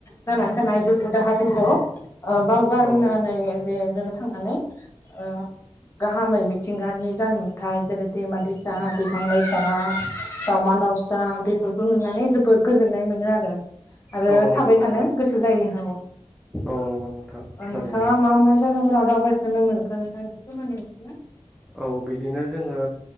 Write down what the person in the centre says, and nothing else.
औ
औ नंगौ
नोंथां
औ नंगौ नोंथां
थारैनो
औ बिदिनो जोङो